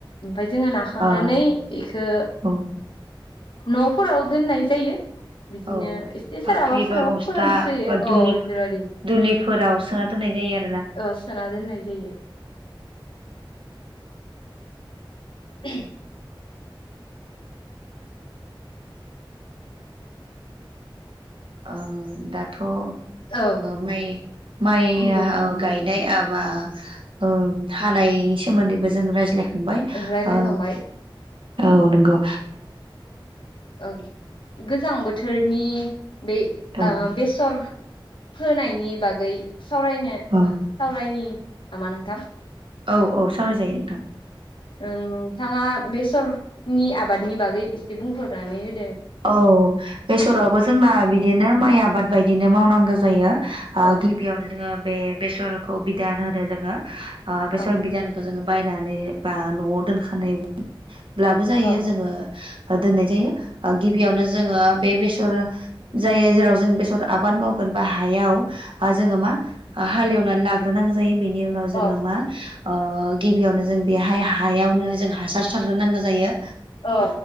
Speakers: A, on the left (about 70°); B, on the right (about 70°).
A: ओमफ्राय जोङो नाखांनानै
B: आ
A: बेखौ
B: औ
A: न'फोराव दोननाय जायो बिदिनो
B: औ
A: एसे सोरहाबा
B: फाख्रि
A: सोरहाबा
B: बा बस्था
A: फोरानस्रोयो
B: बा
A: अ
B: दुलि
A: बेफोरबायदि
B: दुलिफोराव सोना दोननाय जायो आरो
A: ओ सोना दोननाय जायो <inaudible> <inaudible>
B: औ दा थ' ओ
A: औ
B: माइ माइया
A: बोरनि
B: गायनायाबा ओ हानाय <inaudible> बे सोमोन्दैबो जों राज्लाय खांबाय
A: रायलायखांबाय
B: ओ औ नंगौ
A: ओ गोजां बोथोरनि बे
B: औ
A: ओ बेसर फोनायनि बागै सावरायनो
B: औ
A: सावरायनि नामा नोंथां
B: औ - औ सावराय जायो नोंथां
A: नोंथाङा बेसरनि आबादनि बागै एसे बुंफोरनानै हो
B: औ बेसरावबो जोंना बिदिनो माइआ आबाद बायदिनो मावनांगौ जायो ओ
A: अ
B: गिबियाव जोङो बे बेसर खौ बिधान होनो जोङो ओ बेसर
A: अ
B: बिधयानखौ जोङो बायनानै बा न'आव दोनखानाय लाबो जायो
A: अ अ
B: जोङो दोननाय जायो। ओ गिबियावनो जोङो बे बेसर जायो जेराव जों बेसर आबाद मावगोन बा हायाव ओ जोङो मा ओ हालेवनानै ला ग्रोनांगौ जायो। बिनि उनाव
A: अ
B: जोङो मा ओ गिबियावनो जों बेहाय हायावनो जों हासार सार नांगौ जायो।
A: अ